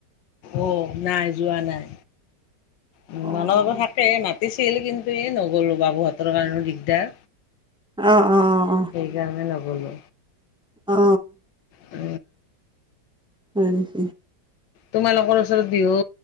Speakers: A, on the left (about 80°); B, in the centre.
A: অ নাই যোৱা নাই উ
B: অ
A: মানাব থাকে মাতিছিল কিন্তু এই নগলো বাবুহঁতৰ কাৰণেও দিগদাৰ
B: অ', অ',
A: সেইকাৰণে নগলো
B: অ
A: উ
B: হয়ক
A: তোমালোকৰ ওচৰত বিহু